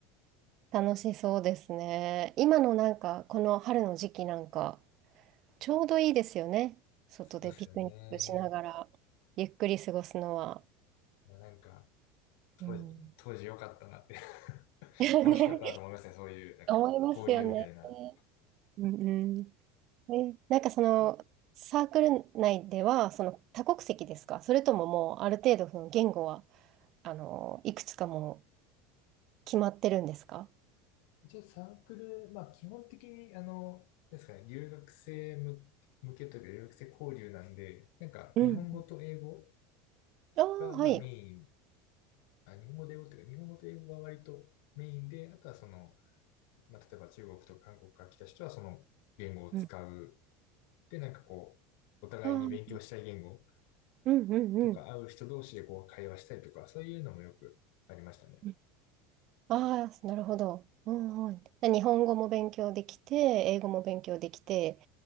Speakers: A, on the right; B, on the left.
A: 楽しそうですね。今のなんか、この春の時期なんか、ちょうどいいですよね。外でピクニックしながら、
B: そうですよね。
A: ゆっくり過ごすのは。
B: いや、なんか、当時、
A: うん。
B: 当時良かったなって <laughs>
A: <laughs>
B: 楽しかったなと思いますね。
A: ね、
B: そういう、なんか、
A: 思いますよね。
B: 交流みたいな。
A: うんうん。え、なんかその、サークル内では、その多国籍ですかそれとももうある程度その言語は、あの、いくつかもう決まってるんですか
B: 一応サークル、まあ基本的に、あの、なんですかね、留学生向向けというか、留学生交流なんで、なんか、
A: うん、
B: 日本語と英語
A: ああはい。
B: が、まあメインあ、日本語で英語っていうか、日本語と英語が割とメインで、あとはその、まあ、例えば中国とか韓国から来た人はその言語を使う。
A: うん、あ
B: で、なんかこう、お互いに勉強したい言語
A: あ、うんうんうん。
B: とか会う人同士でこう会話したりとか、そういうのもよくありましたね。
A: うんああ、なるほど。うんうん。で日本語も勉強できて、英語も勉強できて、